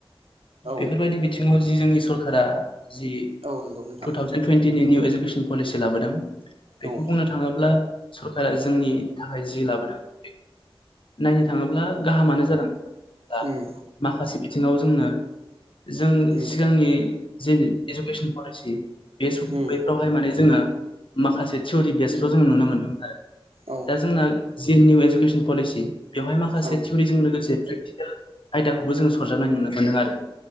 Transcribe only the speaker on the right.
औ
औ नंगौ नोंथां।
औ
उम
उम
उम
औ
औ